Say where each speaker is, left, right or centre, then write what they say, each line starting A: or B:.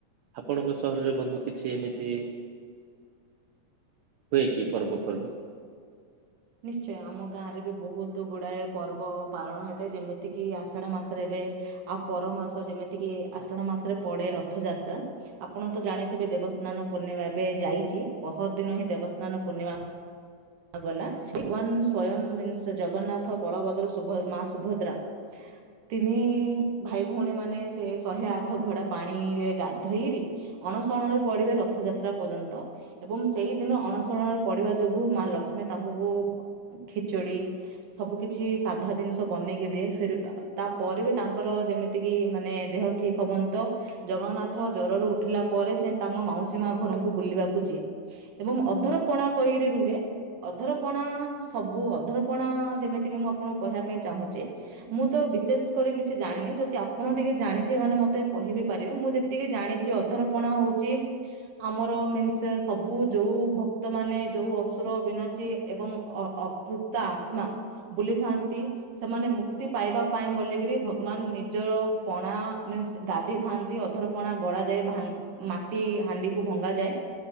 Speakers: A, on the right; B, on the right.
A: ଆପଣଙ୍କ ସହରରେ ବନ୍ଧୁ କିଛି ଏମିତି ହୁଏ କି ପର୍ବ ଫର୍ବ?
B: ନିଶ୍ଚୟ, ଆମ ଗାଁରେ ବି ବହୁତ ଗୁଡ଼ାଏ ପର୍ବ ପାଳନ ହୋଇଥାଏ, ଯେମିତିକି ଆଷାଢ଼ ମାସରେ ଏବେ ଆ ପର ମାସ, ଯେମିତିକି ଆଷାଢ ମାସରେ ପଡେ ରଥଯାତ୍ରା। ଆପଣ ତ ଜାଣିଥିବେ ଦେବସ୍ନାନ ପୂର୍ଣ୍ଣିମା ଏବେ ଯାଇଚି, ପହରି ଦିନ ହିଁ ଦେବସ୍ନାନ ପୂର୍ଣ୍ଣିମା ଗଲା, ଭଗବାନ ସ୍ଵୟଂ ମିନ୍ସ ଜଗନ୍ନାଥ, ବଳଭଦ୍ର, ସୁ ମା ସୁଭଦ୍ରା ତିନି ଭାଇ ଭଉଣୀ ମାନେ ସେ ଶହେ ଆଠ ଘଡା ପାଣିରେ ଗାଧୋଇକିରି ଅଣସଣରେ ପଡିବେ ରଥଯାତ୍ରା ପର୍ଯ୍ୟନ୍ତ ଏବଂ ସେଇଦିନ ଅଣଶଣ ପଡିବା ଯୋଗୁ, ମା ଲକ୍ଷ୍ମୀ ତାଙ୍କଙ୍କୁ ଖେଚଡି ସବୁ କିଛି ସାଧା ଜିନିଷ ବନେଇକି ଦିଏ, ଫିର୍ ତାପରେ ବି ତାଙ୍କର ଯେମିତିକି ମାନେ ଦେହ ଠିକ୍ ହବନି ତ ଜଗନ୍ନାଥ ଜ୍ଵରରୁ ଉଠିଲା ପରେ, ସେ ତାଙ୍କ ମାଉସୀ ମା ଘରକୁ ବୁଲିବାକୁ ଯିଏ। ଏବଂ ଅଧର ପଣା କହିରେ ରୁହେ ଅଧରପଣା, ସବୁ ଅଧରପଣା, ଯେମିତିକି ମୁଁ ଆପଣଙ୍କୁ କହିବା ପାଇଁ ଚାହୁଁଚି ମୁଁ ତ ବିଶେଷ କରି କିଛି ଜାଣିନି, ଯଦି ଆପଣ ଟିକେ ଜାଣିଥିବେ ମାନେ ମତେ କହିବି ପାରିବେ, ମୁଁ ଯେତ୍ ଏତିକି ଜାଣିଚି ଅଧରପଣା ହଉଚି ଆମର ମିନ୍ସ ସବୁ ଯୋଉ ଭକ୍ତ ମାନେ ଯୋଉ ଅସୁର ବିନା ସି ଏବଂ ଅ ଅତୁପ୍ତ ଆତ୍ମା ବୁଲିଥାନ୍ତି ସେମାନେ ମୁକ୍ତି ପାଇବା ପାଇଁ ବୋଲିକିରି ଭଗବାନ ନିଜ ପଣା ମିନ୍ସ ଗାଧୋଇ ଥାନ୍ତି, ଅଧରପଣା ଗଡ଼ା ଯାଏ, ଭାଙ୍ଗ୍, ମାଟି ହାଣ୍ଡିକୁ ଭଙ୍ଗା ଯାଏ।